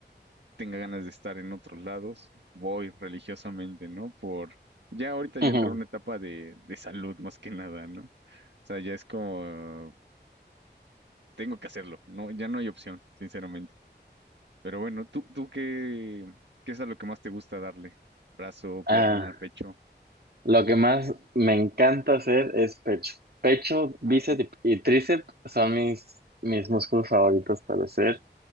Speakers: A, on the right (about 75°); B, on the right (about 60°).
A: tenga ganas de estar en otros lados, voy religiosamente, ¿no? Por, ya ahorita ya
B: ujú.
A: entré en una etapa de, de salud más que nada, ¿no? O sea, ya es como, tengo que hacerlo, no, ya no hay opción, sinceramente. Pero bueno, ¿tú, tú qué, qué es a lo que más te gusta darle? Brazo,
B: Ah,
A: pierna, pecho.
B: Lo que más me encanta hacer es pecho. Pecho, bíceps
A: Ah, sí.
B: y, y tríceps son mis, mis músculos favoritos para hacer.